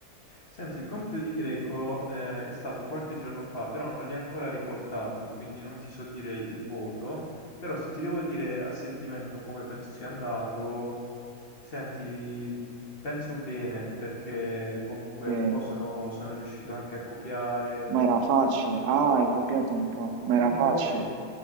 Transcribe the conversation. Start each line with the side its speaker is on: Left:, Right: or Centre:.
Left: Senti, il compito di Greco, eh, è stato qualche giorno fa, però non li ha ancora riportati, quindi non ti so dire il voto, però se ti devo dire a sentimento come penso sia andato, senti, penso bene, perché comunque
Right: Eh,
Left: un po' sono, sono riuscito anche a copiare, un
Right: ma era
Left: po'...
Right: facile. Ah, hai copiato un po', ma era
Left: Un
Right: facile.
Left: po' sì.